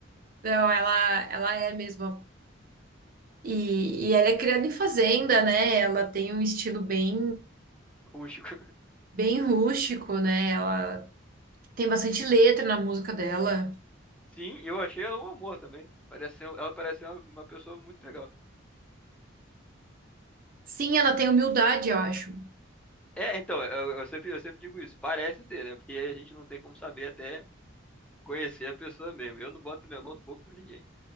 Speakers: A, on the right; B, in the centre.
A: Não, ela, ela é mesmo. E, e ela é criada em fazenda, né? Ela tem um estilo bem,
B: Rústico. <laughs>
A: bem rústico, né? Ela tem bastante letra na música dela.
B: Sim, e eu achei ela um amor também. Parece ser, um, ela parece ser uma, uma pessoa muito legal.
A: Sim, ela tem humildade, eu acho.
B: É, então, eu, eu sempre, eu sempre digo isso. Parece ser, né? Porque a gente não tem como saber até conhecer a pessoa mesmo. Eu não boto minha mão no fogo por ninguém.